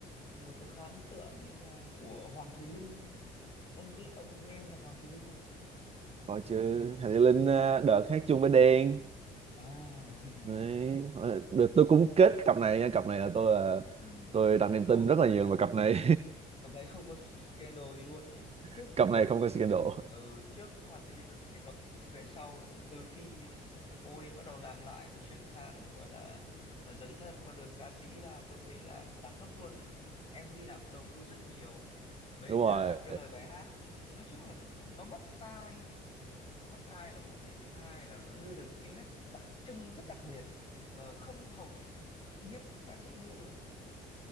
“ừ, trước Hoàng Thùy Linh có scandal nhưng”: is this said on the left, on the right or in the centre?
Left